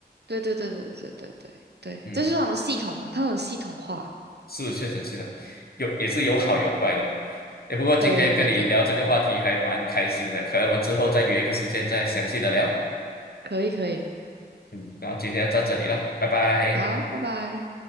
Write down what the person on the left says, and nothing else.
嗯。
是确实是的，有也是有好有坏的。哎，不过今天跟你聊这个话题还蛮开心的，
可能我们之后再约一个时间再详细的聊。
嗯，然后今天到这里了，拜拜。